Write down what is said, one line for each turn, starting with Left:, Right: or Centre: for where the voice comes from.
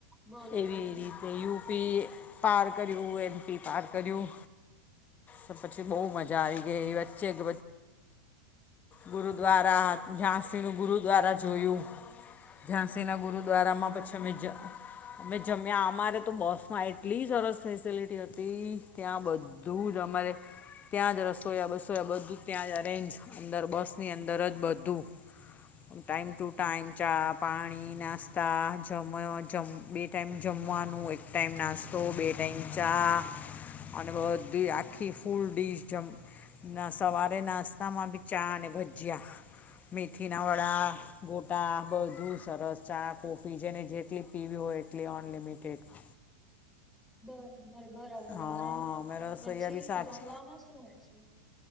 Centre: બોલો
Left: એવી
Centre: બીજું
Left: રીતે યુ પી પાર કર્યું, એમ પી પાર કર્યું. તો પછી બહુ મજા આવી ગઈ. એ વચ્ચે કે ગુરુદ્વારા,
Centre: ગુરુદ્વાર
Left: ઝાંસીનું ગુરુદ્વારા જોયું. ઝાંસીના ગુરુદ્વારામાં પછી અમે જ અમે જમ્યા. અમારે તો બસમાં એટલી સરસ ફેસિલિટી હતી. ત્યાં બધ બધું જ અમારે ત્યાં જ રસોયા, બસોયા બધું ત્યાં જ અરેન્જ અંદર બસ ની અંદર જ બધું. આમ ટાઈમ ટુ ટાઈમ ચા, પાણી, નાસ્તા, જમ્યો જમ, બે ટાઈમ જમવાનું, એક એક ટાઈમ નાસ્તો, બે ટાઈમ ચા. અને બધી આખી ફૂલ ડીશ જમ ના સવારે નાસ્તામાં બી ચા અને ભજીયા. મેથીના વડા, ગોટા. બધું સરસ ચા, કોફી જેને જેટલી પીવી હોય એટલી અનલિમિટેડ.
Centre: બર બ બરાબર
Left: હા
Centre: અને
Left: અમે રસોઈયા
Centre: પછી
Left: બી સાચ
Centre: જમવામાં શું હોય છે?